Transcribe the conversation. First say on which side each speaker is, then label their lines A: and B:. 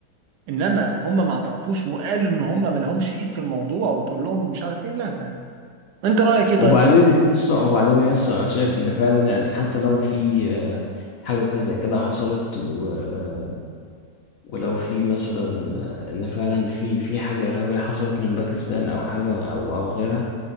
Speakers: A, on the right; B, on the left.
A: انما هم ما اعترفوش وقالوا ان هم ما لهمش ايد في الموضوع وتقول لهم مش عارف ايه لا لا انت رايك ايه
B: وبعدين
A: طيب في الموضوع
B: لسه وبعدين يا اسطى انا شايف ان فعلا يعني حتى لو في آه، حاجه زي كده حصلت و- آه، ولو في مثلا آه، ان فعلا في في حاجه ارهابيه حصلت من باكستان او حاجه او او غيرها